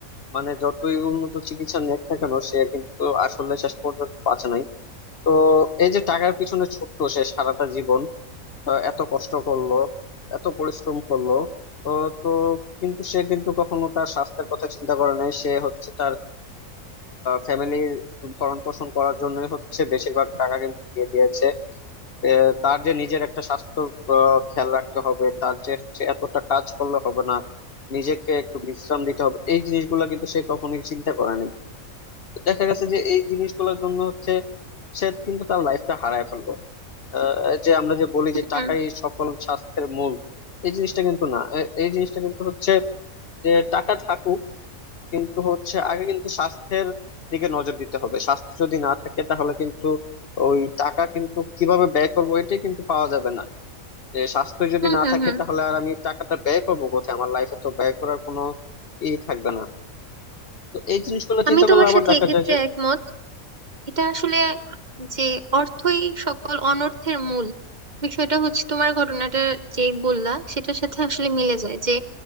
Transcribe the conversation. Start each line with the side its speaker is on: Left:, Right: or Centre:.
Left: মানে যতই উন্নত চিকিৎসা নিক না কেন সে কিন্তু আসলে শেষ পর্যন্ত বাঁচে নাই তো এই যে টাকার পিছনে ছুটলো সে সারাটা জীবন আহ, এত কষ্ট করলো এত পরিশ্রম করলো তো তো কিন্তু সে কিন্তু কখনো তার স্বাস্থ্যের কথা চিন্তা করে নাই সে হচ্ছে তার ফ্যামিলি ভরণ পোষণ করার জন্যই হচ্ছে বেশিরভাগ টাকা কিন্তু দিয়ে দিয়েছে এ, তার যে নিজের একটা স্বাস্থ্য আহ, খেয়াল রাখতে হবে তার যে সে এতটা কাজ করলে হবে না নিজেকে একটু বিশ্রাম দিতে হবে এই জিনিসগুলো কিন্তু সে কখনোই চিন্তা করেনি তো দেখা গেছে যে এই জিনিসগুলোর জন্য হচ্ছে সে কিন্তু তার লাইফটা হারায় ফেললো আহ, যে আমরা যে বলি যে
Right: হুম
Left: টাকাই সকল স্বাস্থ্যের মূল এই জিনিসটা কিন্তু না এ- এই জিনিসটা কিন্তু হচ্ছে যে টাকা থাকুক কিন্তু হচ্ছে আগে কিন্তু স্বাস্থ্যের দিকে নজর দিতে হবে স্বাস্থ্য যদি না থাকে তাহলে কিন্তু ওই টাকা কিন্তু কিভাবে ব্যয় করবো এটাই কিন্তু পাওয়া যাবে না যে স্বাস্থ্য যদি
Right: হুম
Left: না
Right: হুম
Left: থাকে
Right: হুম
Left: তাহলে আর আমি টাকাটা ব্যয় করবো কোথায় আমার লাইফে তো ব্যয় করার কোনো ই থাকবে না তো এই জিনিসগুলো
Right: আমি
Left: চিন্তা করলে
Right: তোমার
Left: আবার
Right: সাথে
Left: দেখা
Right: এক্ষেত্রে
Left: যায় যে
Right: একমত এটা আসলে যে অর্থই সকল অনর্থের মূল বিষয়টা হচ্ছে তোমার ঘটনাটা যে বললা সেটার সাথে আসলে মিলে যায় যে